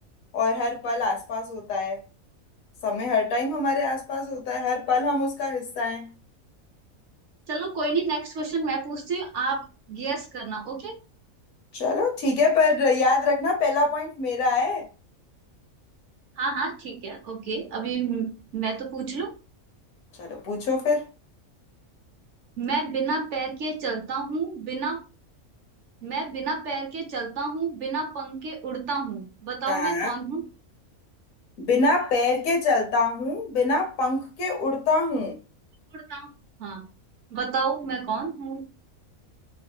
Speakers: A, on the left; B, on the right.
A: और हर पल आसपास होता है समय हर टाइम हमारे आसपास होता है हर पल हम उसका हिस्सा हैं
B: चलो कोई नहीं नेक्स्ट क्वेश्चन मैं पूछती हूँ आप गेस करना ओके
A: चलो ठीक है पर याद रखना पहला पॉइंट मेरा है
B: हाँ हाँ ठीक है ओके अभी म- मैं तो पूछ लूं
A: चलो पूछो फिर
B: मैं बिना पैर के चलता हूँ बिना मैं बिना पैर के चलता हूँ बिना पंख के उड़ता हूँ बताओ
A: हाँ
B: मैं कौन हूँ
A: बिना पैर के चलता हूँ बिना पंख के उड़ता हूँ
B: उड़ता हूँ हाँ बताओ मैं कौन हूँ